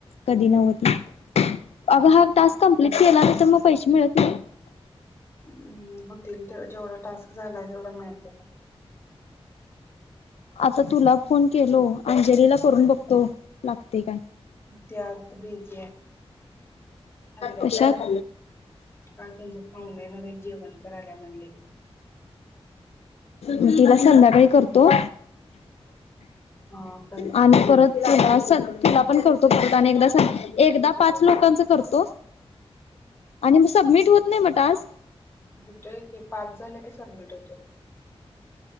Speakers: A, on the left; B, on the left.
A: कधी नव्हती अग हा टास्क कंप्लीट केला तर मग पैसे मिळत नाही.
B: हम् होतील जेवढा टास्क झाला तेवढा मिळत.
A: आता तुला फोन केलो अंजलीला करून बघतो लागते काय.
B: त्यात बीज काय
A: कशात
B: कर. काय त्यांच फाउंडेणारे जेवण करायला म्हणले.
A: म तिला संध्याकाळी करतो
B: हा करते
A: आणि परत तुला स तुला पण करतो परत आणि एकदा सदा. पाच लोकांचा करतो आणि मग सबमिट होत नाही म्ह आज.
B: होतय की पाच झाले की सबमिट होत.